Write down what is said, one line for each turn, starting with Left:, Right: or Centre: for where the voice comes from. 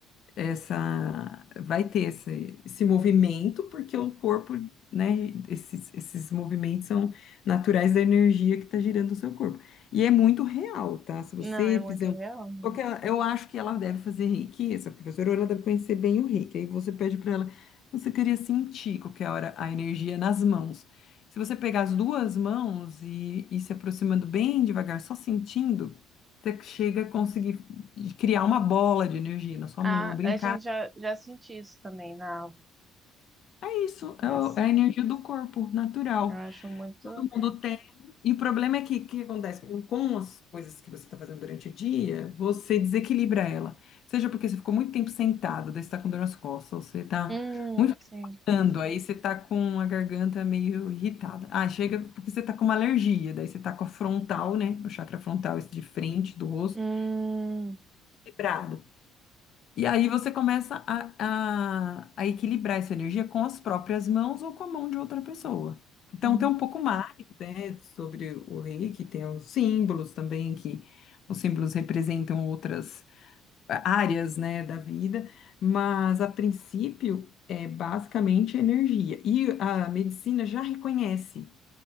Left: essa vai ter esse, esse movimento, porque o corpo, né, esses, esses movimentos são naturais da energia que está girando o seu corpo. E é muito real, tá? Se você
Right: Não, é muito
Left: fizer um-
Right: real, né?
Left: porque ela- eu acho que ela deve fazer reiki, essa professora, ou ela deve conhecer bem o reiki. Aí você pede para ela, você queria sentir qualquer hora a energia nas mãos. Se você pegar as duas mãos e ir se aproximando bem devagar, só sentindo, você chega a conseguir de criar uma bola de energia na sua
Right: Ah,
Left: mão, brincar.
Right: a gente já, já senti isso também na aula.
Left: É isso,
Right: né?
Left: é, o- é a energia do corpo, natural.
Right: Eu acho muito.
Left: Todo mundo tem. E o problema é que o que acontece? Com com as coisas que você está fazendo durante o dia, você desequilibra ela. Seja porque você ficou muito tempo sentado, daí você está com dor nas costas, ou você está
Right: Hum,
Left: muito
Right: sim.
Left: gritando, aí você está com a garganta meio irritada. Ah, chega porque você está com uma alergia, daí você está com a frontal, né? O chakra frontal esse de frente do rosto,
Right: Hum,
Left: quebrado. E aí você começa a, a, a equilibrar essa energia com as próprias mãos ou com a mão de outra pessoa. Então
Right: hum,
Left: tem um pouco mais, né, sobre o reiki, tem os símbolos também, que os símbolos representam outras áreas, né, da vida, mas a princípio é basicamente energia. E a medicina já reconhece